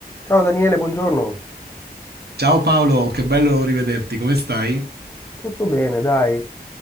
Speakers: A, on the left; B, on the right.
A: Ciao Daniele, buongiorno.
B: Ciao Paolo, che bello rivederti, come stai?
A: Tutto bene, dai.